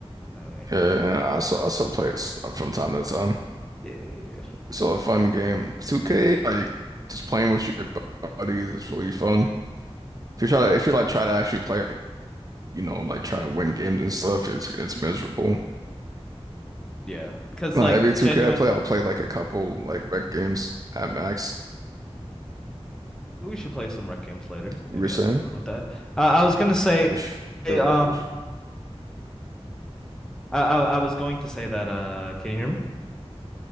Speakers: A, in the centre; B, on the right.
A: Anyway.
B: and I still I still play it s- uh, from time to time.
A: Yeah.
B: It's still a fun game. 2K like just playing with your buddies is really fun. If you try to if you like try to actually play you know, like try to win games and stuff, it's it's miserable.
A: Yeah, because
B: Like
A: like
B: every 2K
A: genuine
B: I play, I'll play like a couple like rec games at max.
A: we should play some rec games later.
B: You
A: Maybe
B: were
A: I
B: saying?
A: was fun with that. Uh, I was gonna say
B: For sure,
A: um
B: for sure.
A: I, I I was going to say that uh can you hear me?